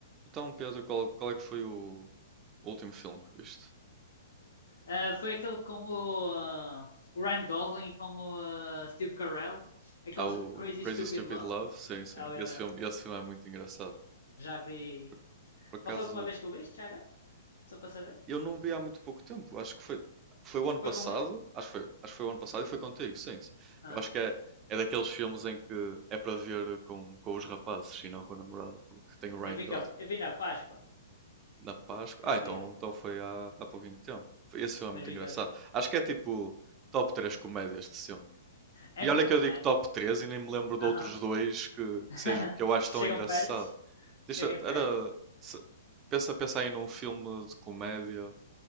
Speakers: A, on the right; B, on the left.
A: Então, Pedro, qual, qual é que foi o último filme que viste?
B: Ah, foi aquele com o, ah, com o Ryan Gosling e com o ah, Steve Carell. Aquele
A: Há o
B: Crazy
A: Crazy
B: Stupid
A: Stupid
B: Love,
A: Love, sim, sim.
B: obviamente.
A: Esse filme, esse filme é muito engraçado.
B: Já vi.
A: Por, por acaso,
B: Qual foi a última vez que eu viste, já agora? Só para saber?
A: eu não vi há muito pouco tempo. Acho que foi, foi o ano passado.
B: Foi comigo?
A: Acho que foi, acho que foi o ano passado e foi contigo, sim. sim.
B: Ah,
A: Eu acho que é, é daqueles filmes em que é para ver com, com os rapazes e não com a namorada, porque tem o Ryan
B: eu vi,
A: Gosling
B: que, eu vi na Páscoa.
A: na Páscoa. Ah,
B: Que havia.
A: então, então foi há, há pouquinho tempo. Foi- Esse filme é
B: Mas
A: muito
B: vi
A: engraçado.
B: que havia.
A: Acho que é tipo top 3 comédias de sempre.
B: É
A: E
B: muito
A: olha
B: bom,
A: que eu digo
B: é?
A: top 3 e nem me lembro de
B: Aham.
A: outros dois que,
B: Uh-huh.
A: que seja
B: <laughs>
A: que eu acho
B: que
A: tão
B: chegam
A: engraçado.
B: perto.
A: Deixa,
B: Que cheguem perto.
A: era, se- pensa, pensa aí num filme de comédia